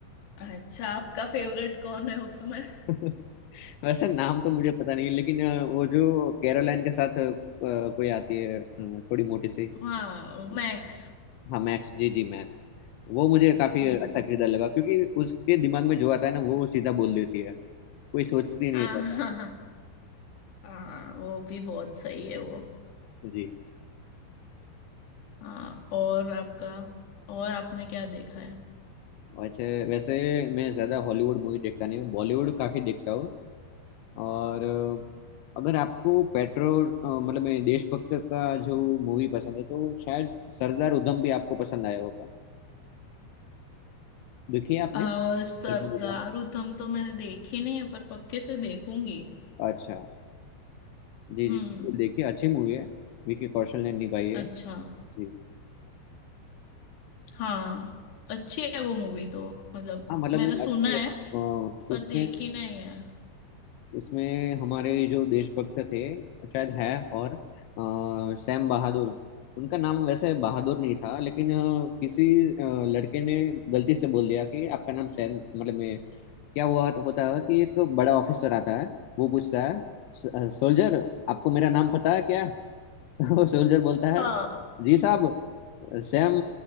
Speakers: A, on the left; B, on the left.
A: अच्छा आपका फेवरेट कौन है उसमें
B: <laughs> वैसे नाम तो मुझे पता नहीं लेकिन अ, वो जो कैरोलाइन के साथ अ, कोई आती है अ, थोड़ी मोटी सी
A: हाँ मैक्स
B: हाँ मैक्स जी जी मैक्स वो मुझे काफी
A: हम्म
B: अच्छा किरदार लगा क्योंकि उसके दिमाग में जो आता है ना वो सीधा बोल देती है कोई सोचती नहीं
A: हाँ
B: है ज्यादा
A: हाँ हाँ हाँ, वो भी बहुत सही है वो
B: <laughs> जी
A: हाँ और आपका और आपने क्या देखा है
B: अच्छा वैसे मैं ज्यादा हॉलीवुड मूवी देखता नहीं हूँ बॉलीवुड काफी देखता हूँ और अ, अगर आपको पेट्रो अ, मतलब मैं देशभक्त का जो मूवी पसंद है तो शायद सरदार उधम भी आपको पसंद आया होगा देखिए आपने
A: आ,
B: सरदार
A: सरदार
B: उधम
A: उधम तो मैंने देखी नहीं है पर पक्के से देखूंगी
B: अच्छा जी
A: हम्म
B: जी बिल्कुल देखिए अच्छी मूवी है विकी कौशल ने निभाई है
A: अच्छा
B: जी
A: हाँ अच्छी है वो मूवी तो मतलब
B: हाँ मतलब
A: मैंने
B: मैं
A: सुना
B: आपके
A: है
B: अ,
A: पर
B: उसमें
A: देखी नहीं है
B: उसमें हमारे जो देशभक्त थे शायद है और अ, सैम बहादुर उनका नाम वैसे बहादुर नहीं था लेकिन अ, किसी अ, लड़के ने गलती से बोल दिया कि आपका नाम सैम मतलब मैं क्या हुआ होता है कि एक बड़ा ऑफिसर आता है वो पूछता है सोल्जर आपको मेरा नाम पता है क्या <laughs> तो सोल्जर बोलता है
A: हाँ
B: जी साहब सैम